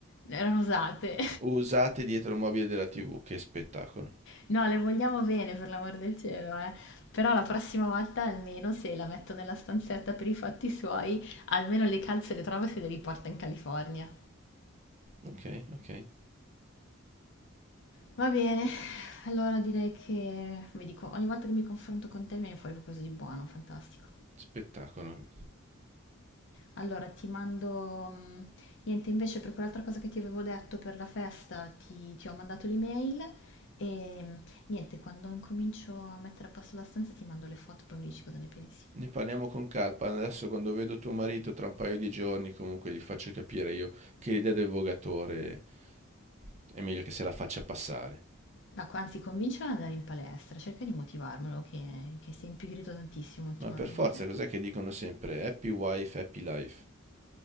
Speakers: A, on the left; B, on the right.
A: erano usate.
B: O usate dietro il mobile della TV. Che spettacolo.
A: No, le vogliamo bene, per l'amor del cielo, eh. Però la prossima volta, almeno se la metto nella stanzetta per i fatti suoi, almeno le calze le trovo e se le riporta in California.
B: Ok, ok.
A: Va bene, allora direi che, vi dico, ogni volta che mi confronto con te mi viene fuori qualcosa di buono, fantastico.
B: Spettacolo.
A: Allora ti mando mhmm, niente invece per quell'altra cosa che ti avevo detto per la festa ti, ti ho mandato l'email e mm, niente, quando incomincio a mettere a posto la stanza ti mando le foto, poi mi dici cosa ne pensi.
B: Ne parliamo con calpa. Adesso quando vedo tuo marito tra un paio di giorni, comunque gli faccio capire io che l'idea del vogatore è meglio che se la faccia passare.
A: No, co- anzi, convincilo ad andare in palestra, cerca di motivarmelo che, che si è impigrito tantissimo ultimamente.
B: Ma per forza, cos'è che dicono sempre? Happy wife, happy life.